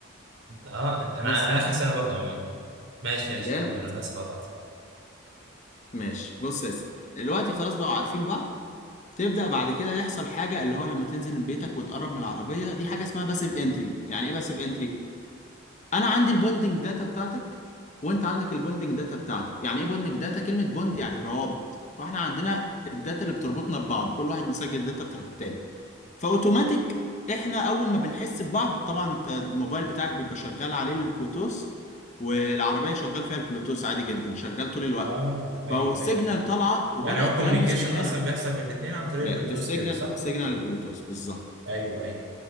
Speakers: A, on the right; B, on the left.
A: اه انت انا
B: بس
A: انا اخر سنة برضو عموما ماشي ماشي
B: جامد
A: كمل انا اسف قطعتك
B: ماشي بص يا سيدي دلوقتي خلاص بقوا عارفين بعض تبدأ بعد كده يحصل حاجة اللي هو لما تنزل من بيتك وتقرب من العربية دي حاجة اسمها باسيف انتري يعني ايه باسيف انتري انا عندي البوندنج داتا بتاعتك وانت عندك البوندنج داتا بتاعتي يعني ايه بوندنج داتا كلمة بوند يعني روابط فاحنا عندنا الداتا اللي بتربطنا ببعض كل واحد مسجل الداتا بتاعت التاني فاوتوماتيك احنا اول ما بنحس ببعض طبعا انت الموبايل بتاعك بيبقى شغال عليه البلوتوث والعربية شغال فيها البلوتوث عادي جدا شغال طول الوقت
A: اه ايوه
B: فالسيجنال
A: ايوه
B: طالعة وبدأت
A: يعني هو الكوميونيكيشن
B: تلمس من
A: اصلا
B: هنا
A: بيحصل بين الاثنين عن طريق
B: ب-
A: البلوتوث
B: بالسيجنال
A: كده صح؟
B: سيجنال بلوتوث بالظبط
A: ايوه ايوه